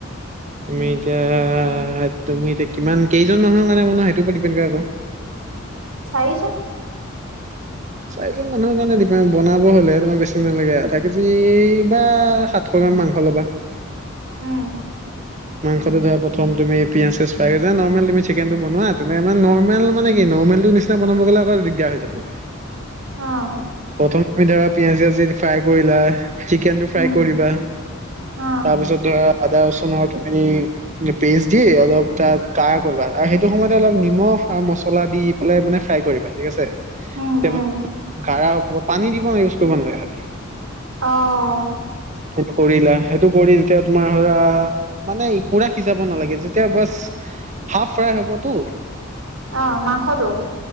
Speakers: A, on the right; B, on the right.
A: তুমি এতিয়া তুমি এতিয়া কিমান কেইজন মানুহৰ কাৰণে মন সেইটো ওপৰত ডিপেণ্ড কৰে ক
B: চাৰিজন
A: চাৰিজন মানুহৰ কাৰনে বনাব হলে তোমাৰ বেছি নালাগে আধা কেজি বা সাতশ মাংস ল'বা
B: উম
A: মাংসটো ধৰা প্ৰথম তুমি ‍ পিয়াঁজ চিয়াছ ফাৰাই কৰিলা, নৰ্মেল তুমি চিকেনটো বনোৱা তেনে নৰ্মেল মানে কি নৰ্মেল ৰ নিচিনা বনাব গ'লে আকৌ দিগদাৰ হৈ যাবগে
B: অঁ
A: প্ৰথম আমি ধৰা পিয়াজ জিয়াজ ফ্ৰাই কৰিলা। চিকেন টো
B: উম,
A: ফ্ৰাই কৰিবা
B: অ',
A: তাৰ পিছত ধৰা আদা ৰচুনৰ তুমি পেষ্ট দি অলপ ত কা কৰিবা আৰু সেইটো সময়তে অলপ নিমখ আৰু মছলা দি পেলাই মানে ফ্ৰাই কৰিবা ঠিক আছে
B: উম,
A: তে
B: উম,
A: মানে কাৰা হব পানী দিব ইউজ কৰিব নালাগে খালি
B: অহ
A: সেইটো কৰিলা সেইটো কৰি এতিয়া তোমাৰ ধৰা মানে পুৰা সিজাব নালাগে যেতিয়া বাছ হাফ ফ্ৰাই হবতো
B: অ মাংসটো